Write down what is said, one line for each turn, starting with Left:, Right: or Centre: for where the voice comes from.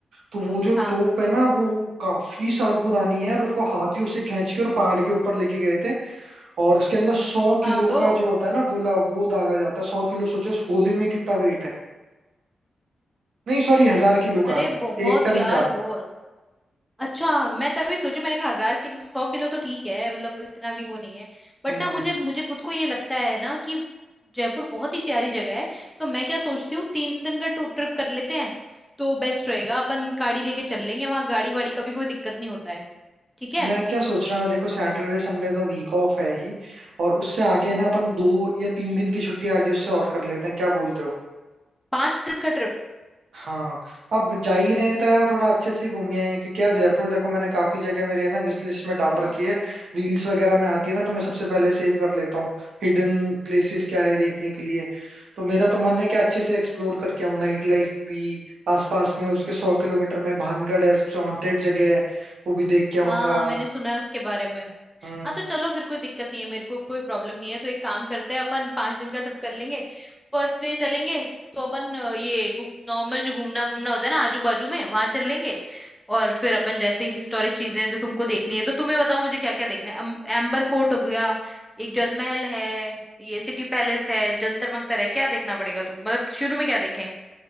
Right: तो वो जो
Centre: हाँ
Right: तोप है ना वो काफी साल पुरानी है और उसको हाथियों से खींच के और पहाड़ के ऊपर लेके गए थे और उसके अंदर सौ
Centre: हाँ
Right: किलो
Centre: तो
Right: का जो होता है ना गोला वो दागा जाता है सौ किलो सोचो उस गोले में कितना वेट है नहीं सॉरी हजार किलो का
Centre: अरे
Right: है
Centre: बहुत
Right: एक टन
Centre: यार
Right: का
Centre: बहुत अच्छा मैं तभी सोची मैंने कहा हजार किलो सौ किलो तो ठीक है मतलब इतना भी वो नहीं है बट
Right: हम्म
Centre: ना मुझे मुझे खुद को ये लगता है ना कि जयपुर बहुत ही प्यारी जगह है तो मैं क्या सोचती हूँ तीन दिन का ट्रिप कर लेते हैं तो बेस्ट रहेगा अपन गाड़ी लेके चल लेंगे वहां गाड़ी वाड़ी का भी कोई दिक्कत नहीं होता है ठीक है
Right: मैं क्या सोच रहा हूँ देखो सैटरडे संडे तो वीक ऑफ है ही और उससे आगे
Centre: हम्म
Right: है ना अपन दो या तीन दिन की छुट्टी आगे उससे और कर लेते हैं क्या बोलते हो
Centre: पांच दिन का
Right: हाँ अब जा ही रहे हैं तो यार थोड़ा अच्छे से घूमिए हैं क्योंकि यार जयपुर देखो मैंने काफी जगह मेरे ना विश लिस्ट में डाल
Centre: ट्रिप
Right: रखी है रील्स वगैरह में आती है ना तो मैं सबसे पहले सेव कर लेता हूँ हिडन प्लेसेस क्या है देखने के लिए तो मेरा तो मन है कि अच्छे से एक्सप्लोर करके आऊँ नाइट लाइफ भी आसपास में उसके सौ किलोमीटर में भानगढ़ है सबसे हॉन्टेड जगह है वो भी देख के आऊंगा
Centre: हाँ हाँ मैंने सुना है उसके बारे में
Right: हम्म
Centre: हाँ तो चलो फिर कोई दिक्कत नहीं है मेरे को कोई प्रॉब्लम नहीं है तो एक काम करते हैं अपन पांच दिन का ट्रिप कर लेंगे फर्स्ट डे चलेंगे तो अपन अ, ये नॉर्मल जो घूमना वूमना होता है ना आजू बाजू में वहां चल लेंगे और फिर अपन जैसे हिस्टोरिक चीजें हैं जो तुमको देखनी है तो तुम्हें बताओ मुझे क्या क्या देखना है अम- एम्बर फोर्ट हो गया एक जल महल है ये सिटी पैलेस है जंतर मंतर है क्या देखना पड़ेगा तुम मतलब शुरू में क्या देखें